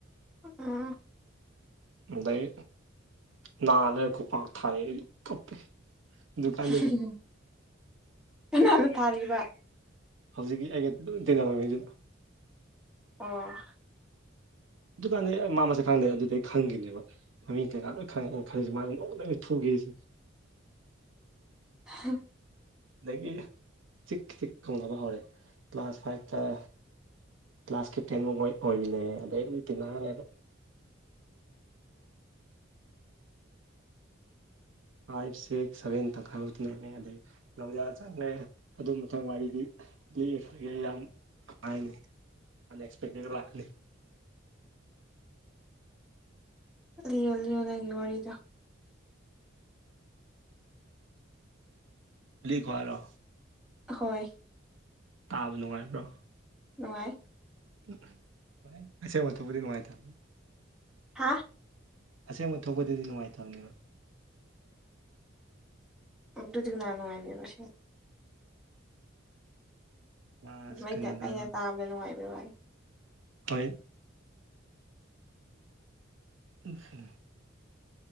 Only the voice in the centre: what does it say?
ꯎꯝ
<unintelligible> ꯀꯅꯥꯅ ꯊꯥꯔꯤꯕ
ꯑꯣ
ꯑꯍ
ꯂꯤꯌꯣ ꯂꯤꯌꯣ ꯅꯪꯒꯤ ꯋꯥꯔꯤꯗꯣ
ꯍꯣꯏ
ꯅꯨꯡꯉꯥꯏ
ꯍꯥꯥ
ꯑꯗꯨꯗꯤ ꯀꯅꯥ ꯅꯨꯡꯉꯥꯏꯗꯣꯏꯅꯣ ꯑꯁꯦꯡꯕ
ꯑꯗꯨꯋꯥꯏꯗ
ꯑꯩꯅ ꯇꯥꯕꯗ ꯅꯨꯡꯉꯥꯏꯕꯩ ꯋꯥꯅꯤ